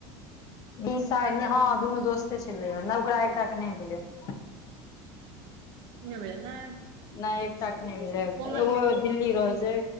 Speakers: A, on the left (about 35°); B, on the right (about 50°).
A: निशा हा दुनू दोस्ते छले हऽ नहि ओकरा एकटा के नहि भेलेए
B: नहि भेलै ने
A: नई एकटा के नई भेलेए एखन
B: कोमल
A: ओ
B: के
A: दिल्ली रहै छै